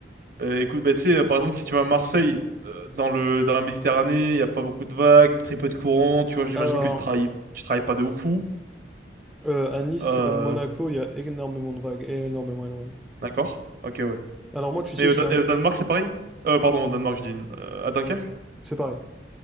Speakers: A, on the right; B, in the centre.
A: Euh, écoute, bah, tu sais, euh, par exemple, si tu vas à Marseille, euh, dans le, dans la Méditerranée, il n'y a pas beaucoup de vagues, très peu de courant, tu vois, j'imagine
B: Alors,
A: que tu travailles, tu travailles pas de ouf fou.
B: euh, à Nice
A: Euh,
B: et à Monaco, il y a énormément de vagues, énormément, énormément.
A: d'accord. Ok, ouais.
B: Alors moi, tu sais,
A: Mais au,
B: je
A: Dan-
B: suis un
A: et
B: mec,
A: au Danemark, c'est pareil? Euh, pardon, au Danemark, je dis... euh, à Dunkerque?
B: c'est pareil.